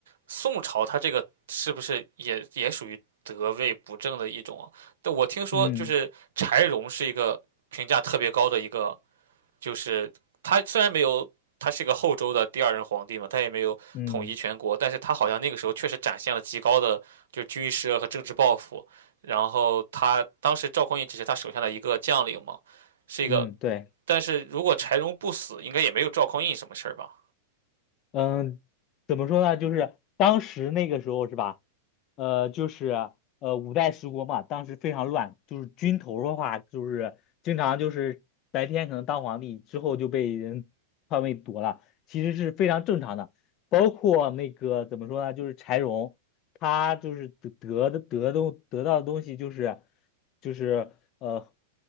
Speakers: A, on the right; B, on the left.
A: 宋朝它这个是不是也也属于得位不正的一种啊？但我听说就是柴荣是一个评价特别高的一个。
B: 嗯
A: 就是他虽然没有，他是个后周的第二任皇帝嘛，他也没有统一全国，
B: 嗯
A: 但是他好像那个时候确实展现了极高的就是军事和政治抱负。然后他当时赵匡胤只是他手下的一个将领嘛，是一个。
B: 嗯，对。
A: 但是如果柴荣不死，应该也没有赵匡胤什么事儿吧？
B: 嗯，怎么说呢？就是当时那个时候是吧？呃，就是呃五代十国嘛，当时非常乱，就是军头的话，就是经常就是白天可能当皇帝，之后就被人篡位夺了，其实是非常正常的。包括那个怎么说呢？就是柴荣，他就是得得的得东得到的东西就是就是呃